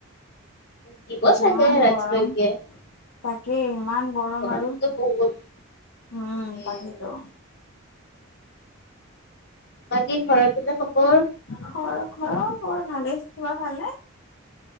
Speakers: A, on the left; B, on the left.
A: দিব চাগে
B: ইমান
A: ৰাতিলৈকে
B: গৰম। তাক তাকেই ইমান গৰম
A: গৰমটো
B: আৰু, উম,
A: বহুত দিয়ে
B: তাকেইতো।
A: আৰু বাকী, ঘৰৰ পিনে খবৰ?।
B: ঘৰ-ঘৰৰ, বৰ ভালেই, তোমাৰ ভালনে?।